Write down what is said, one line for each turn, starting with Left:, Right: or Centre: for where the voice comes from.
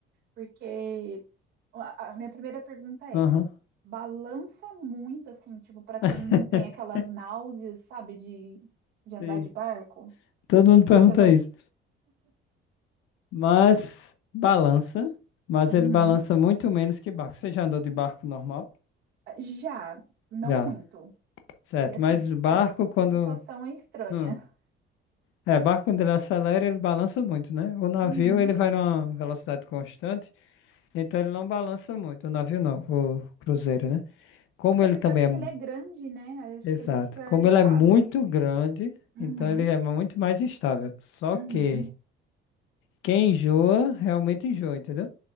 Right: porque a, a minha primeira pergunta
Left: Aham.
Right: é. balança muito, assim, tipo, pra quem
Left: <laughs>
Right: tem aquelas náuseas, sabe, de, de andar
Left: Sim.
Right: de barco.
Left: Todo
Right: Tipo,
Left: mundo pergunta
Right: isso é ver...
Left: isso. Mas balança. Mas
Right: Uhum.
Left: ele balança muito menos que barco. Você já andou de barco normal?
Right: Já, não
Left: Já.
Right: muito.
Left: Certo.
Right: E assim,
Left: Mas barco,
Right: a sensação
Left: quando.
Right: é estranha.
Left: Hum. É, barco, quando ele acelera, ele balança muito, né? O navio,
Right: Uhum.
Left: ele vai numa velocidade constante. Então ele não balança muito, o navio não, o cruzeiro, né? Como
Right: Até
Left: ele
Right: porque
Left: também
Right: eu acho
Left: é
Right: que ele é grande, né? Eu acho
Left: Exato.
Right: que ele fica
Left: Como
Right: estável.
Left: ele é muito grande,
Right: Uhum.
Left: então ele é muito mais instável. Só
Right: Uhum.
Left: que quem enjoa, realmente enjoa, entendeu?